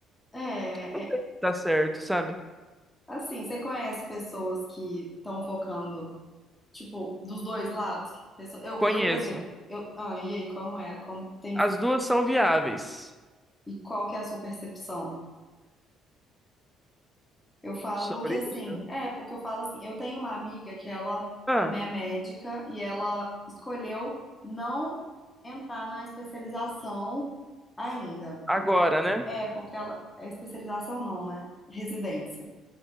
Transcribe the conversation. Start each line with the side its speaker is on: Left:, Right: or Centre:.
Left: É,
Centre: Não
Left: é,
Centre: sei se tá certo, sabe?
Left: assim, você conhece pessoas que estão focando, tipo, dos dois lados? Que pessoa- Eu,
Centre: Conheço.
Left: eu, por exemplo, eu, ah, e aí, como é? Como tem,
Centre: As duas são viáveis.
Left: e qual que é a sua percepção? Eu falo,
Centre: Sobre
Left: porque assim,
Centre: isso?
Left: é, porque eu falo assim, eu tenho uma amiga que ela
Centre: Ah,
Left: também é médica e ela escolheu não entrar na especialização ainda.
Centre: agora, né?
Left: É, porque ela, é especialização não, né? Residência.